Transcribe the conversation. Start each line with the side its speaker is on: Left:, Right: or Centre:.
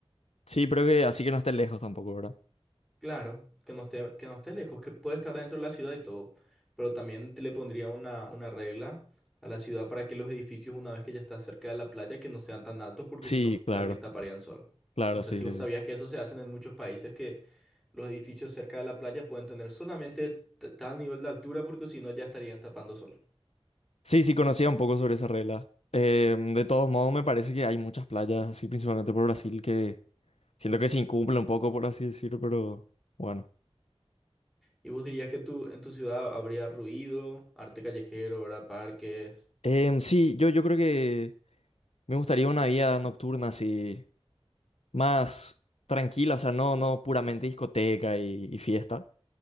Left: Sí, pero que así que no esté lejos tampoco, ¿verdad?
Centre: Claro, que no esté, que no esté lejos, que puede estar dentro de la ciudad y todo. Pero también te le pondría una, una regla a la ciudad para que los edificios, una vez que ya está cerca de la playa, que no sean tan altos, porque
Left: Sí,
Centre: si no,
Left: claro,
Centre: también taparían sol.
Left: claro,
Centre: No sé
Left: sí,
Centre: si
Left: sí,
Centre: vos
Left: sí.
Centre: sabías que eso se hace en muchos países, que los edificios cerca de la playa pueden tener solamente t- tal nivel de altura, porque si no, ya estarían tapando sol.
Left: Sí, sí, conocía un poco sobre esa regla. Eh, de todos modos, me parece que hay muchas playas, así principalmente por Brasil, que siento que se incumple un poco, por así decirlo, pero bueno.
Centre: ¿Y vos dirías que tú en tu ciudad habría ruido, arte callejero, ¿verdad? Parques?
Left: Em, sí, yo, yo creo que me gustaría una vida nocturna así, más tranquila, o sea, no, no puramente discoteca y, y fiesta,